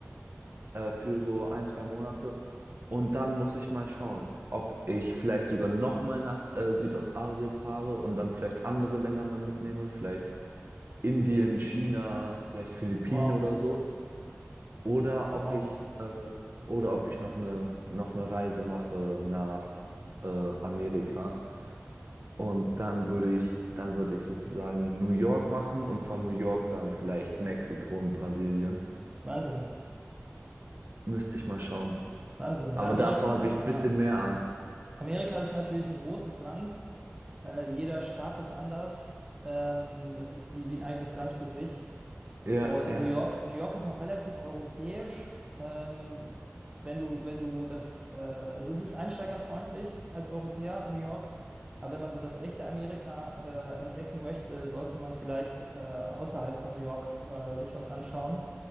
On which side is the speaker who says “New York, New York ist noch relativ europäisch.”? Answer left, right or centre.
Right